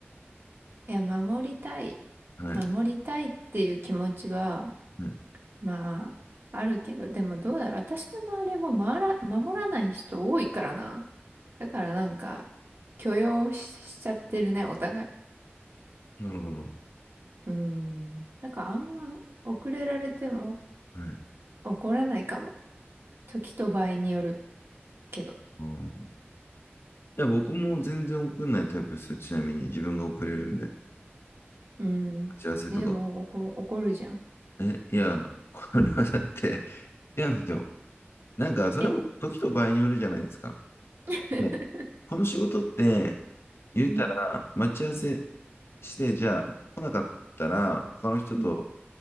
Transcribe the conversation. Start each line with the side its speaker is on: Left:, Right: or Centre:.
Right: いや、守りたい。
Left: はい。
Right: 守りたいっていう気持ちは、
Left: はい。
Right: まあ、あるけど、でもどうだろう。私の周りも回ら、守らない人多いからな。だからなんか、許容し、しちゃってるね、お互い。
Left: なるほど。
Right: うん。だからあんま、遅れられても
Left: はい。
Right: 怒らないかも。時と場合によるけど。
Left: うん。いや、僕も全然送んないタイプですよ。ちなみに自分が送れるんで。
Right: うん。
Left: 打ち合わせとか。
Right: え、でも、おこ、怒るじゃん。
Left: え、いや、これはだって、いやなんですよ。なんか、それはもう時と場合によるじゃないですか。
Right: え <laughs>
Left: ねこの仕事って、
Right: うん。
Left: 言うたら、待ち合わせして、じゃあ、来なかったら、他の人と、
Right: うん。